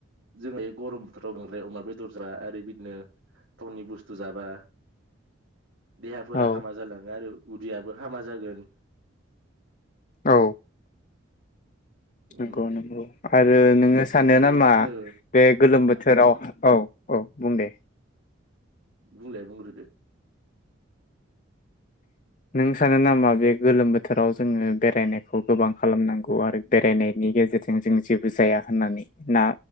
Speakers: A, on the right; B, on the left.
A: जोंहा बे गरम बोथोराव नांद्राय अमा बे दर जा आरो बिदिनो टावउननि बुस्थु जाबा देहाफोरा
B: औ
A: हामा जालाङो आरो उदियाबो हामा जागोन।
B: औ
A: उम
B: नंगौ नंगौ आरो नोङो सानो
A: आरो
B: नामा
A: बिदिनो
B: बे गोलोम बोथोर बोथोराव औ औ बुं दे
A: बुंलाय बुंग्रोदो। <inaudible>
B: नों सानो नामा बे गोलोम बोथोराव जोङो बेरायनायखौ गोबां खालामनांगौ आरो बेरायनायनि गेजेरजों जों जेबो जाया होननानै ना